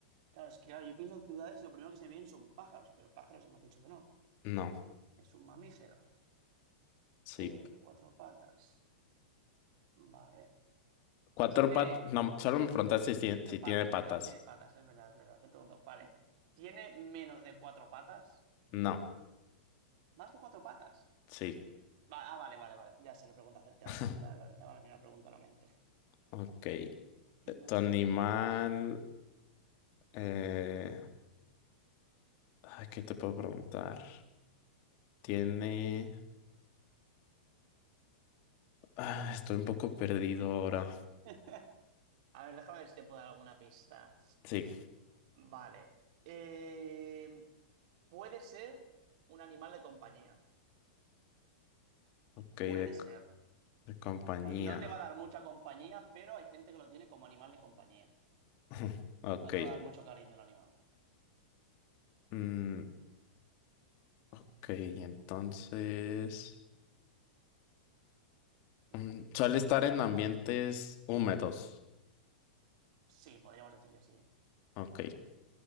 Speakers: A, on the right; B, on the left.
A: Claro, es que claro, yo pienso en ciudades y lo primero que se me vienen son pájaros, pero pájaros hemos dicho que no.
B: no,
A: Es un mamífero.
B: sí.
A: Pe- cuatro patas. Vale.
B: Cuatro
A: Tiene
B: patas. No, solo me preguntaste si,
A: de
B: si
A: patas,
B: tiene patas.
A: es verdad, tiene patas, es verdad, es verdad. Te pregunto, vale. ¿Tiene menos de cuatro patas?
B: No.
A: ¿Más de cuatro patas?
B: Sí.
A: Va- ah, vale, vale, vale. Ya sé qué pregunta hacerte ahora.
B: <laughs>
A: Ya, vale, ya me ha venido una pregunta a la mente.
B: Ok. Eh,
A: Tiene más
B: Tu animal.
A: de cuatro patas.
B: eh, Ay, ¿qué te puedo preguntar? Tiene. Ah, estoy un poco perdido ahora.
A: <laughs> A ver, déjame ver si te puedo dar alguna pista.
B: Sí.
A: Vale. Eh, puede ser un animal de compañía.
B: Ok,
A: Puede
B: de,
A: ser.
B: c- de compañía.
A: No te va a dar mucha compañía, pero hay gente que lo tiene como animal de compañía.
B: <laughs> Ok.
A: No te va a dar mucho cariño el animal.
B: Mm, ok, entonces.
A: Sí,
B: mm,
A: sí.
B: suele estar en ambientes húmedos.
A: Sí, podríamos decir que sí.
B: Ok.